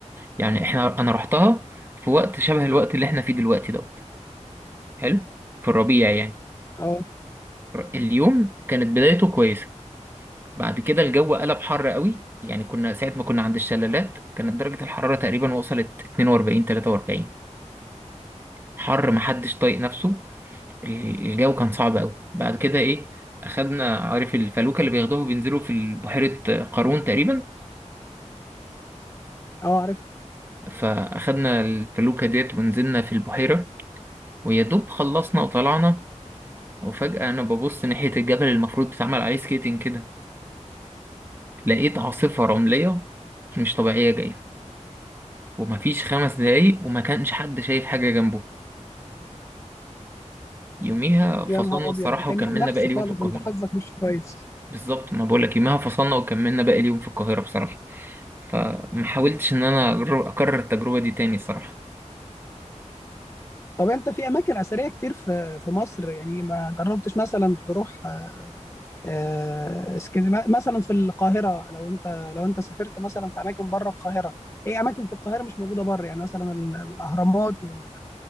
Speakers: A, on the right (about 20°); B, on the left (about 20°).
A: يعني احنا انا رحتها في وقت شبه الوقت اللي احنا فيه دلوقتي دوت حلو في الربيع يعني
B: اه
A: اليوم كانت بدايته كويسه بعد كده الجو قلب حر قوي يعني كنا ساعة ما كنا عند الشلالات كانت درجة الحرارة تقريبا وصلت 42 43 حر محدش طايق نفسه ال- الجو كان صعب قوي بعد كده ايه اخدنا عارف الفلوكة اللي بياخدوها بينزلوا في بحيرة قارون تقريبا
B: اه عارف
A: فاخدنا الفلوكة ديت ونزلنا في البحيرة ويا دوب خلصنا وطلعنا وفجأة انا ببص ناحية الجبل المفروض بيتعمل عليه سكيتنج كده لقيت عاصفة رملية مش طبيعية جاية ومفيش خمس دقايق وما كانش حد شايف حاجة جنبه يوميها فصلنا
B: يا نهار ابيض
A: الصراحة
B: ده كان
A: وكملنا
B: يوم نحس
A: باقي اليوم
B: خالص
A: في القاهرة
B: انت حظك مش كويس
A: بالظبط ما بقولك يوميها فصلنا وكملنا باقي اليوم في القاهرة بصراحة فما حاولتش إن أنا أجر- أكرر التجربة دي تاني الصراحة
B: طب انت في اماكن اثريه كتير في في مصر يعني ما جربتش مثلا تروح آه، اسكندريه مثلا في القاهره لو انت لو انت سافرت مثلا في اماكن بره القاهره ايه اماكن في القاهره مش موجوده بره يعني مثلا ال- الاهرامات وال-